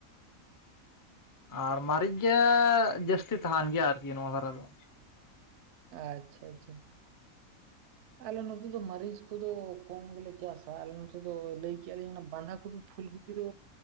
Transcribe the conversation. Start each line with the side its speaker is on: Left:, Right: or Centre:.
Left: ᱟᱨ ᱢᱤᱪ ᱜᱮ ᱡᱟᱹᱥᱛᱤ ᱛᱟᱦᱮᱱ ᱜᱮᱭᱟ ᱟᱨᱠᱤ ᱱᱚᱣᱟ ᱫᱷᱟᱨᱟ ᱫᱚ।
Right: ᱟᱪᱪᱷᱟ ᱟᱪᱪᱷᱟ। ᱟᱞᱮ ᱱᱚᱛᱮ ᱫᱚ ᱢᱟᱹᱨᱤᱪ ᱠᱚᱫᱚ ᱠᱚᱢ ᱜᱮᱞᱮ ᱪᱟᱥᱟ ᱟᱞᱮ ᱱᱚᱛᱮ ᱫᱚ ᱞᱟᱹᱭ ᱠᱮᱫ ᱞᱮᱧ ᱵᱟᱸᱫᱷᱟ ᱠᱚᱫᱚ। ᱯᱷᱩᱞ ᱜᱩᱯᱤ ᱫᱚ